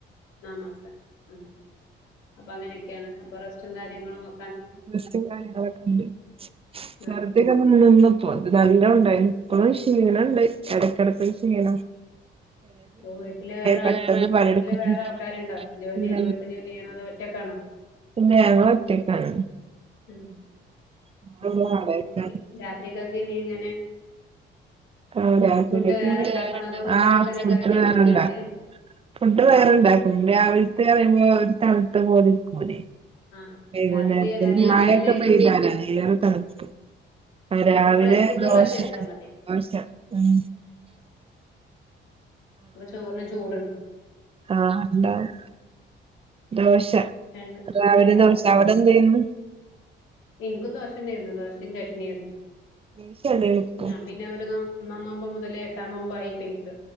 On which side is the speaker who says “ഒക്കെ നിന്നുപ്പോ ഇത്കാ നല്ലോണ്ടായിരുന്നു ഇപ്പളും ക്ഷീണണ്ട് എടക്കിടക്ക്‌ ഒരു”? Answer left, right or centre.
Right